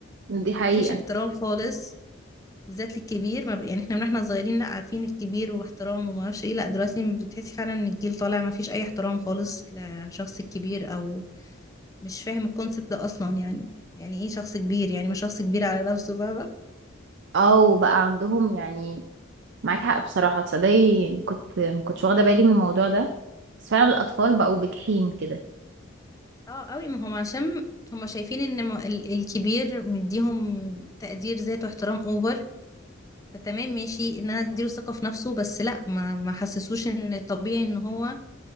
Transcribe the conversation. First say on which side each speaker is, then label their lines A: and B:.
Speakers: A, on the right; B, on the left.
A: دي حقيقة
B: مفيش احترام خالص بالذات للكبير ما بق... يعني احنا من احنا صغيرين لا عارفين الكبير واحترام وما اعرفش ايه لا دلوقتي بتحسي فعلا ان الجيل طالع ما فيش اي احترام خالص لشخص الكبير او مش فاهم الكونسبت ده اصلا يعني يعني ايه شخص كبير يعني ما شخص كبير على نفسه فاهمه
A: أو بقى عندهم يعني معاك حق بصراحة تصدقي كنت ما كنتش واخدة بالي من الموضوع ده بس فعلا الأطفال بقوا بجحين كده
B: اه قوي ما هم عشان هم شايفين ان م- ال- الكبير مديهم تقدير ذات واحترام اوفر فتمام ماشي ان انا اديله ثقه في نفسه بس لا ما ما حسسوش ان الطبيعي ان هو